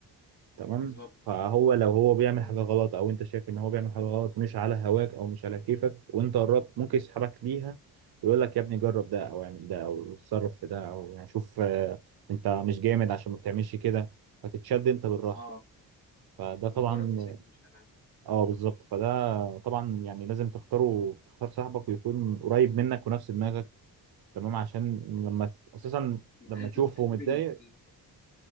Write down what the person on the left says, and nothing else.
بالظبط
اه
آه.
يجرك في سكة مش تمام
يعني
انت
تحب
ال... ال...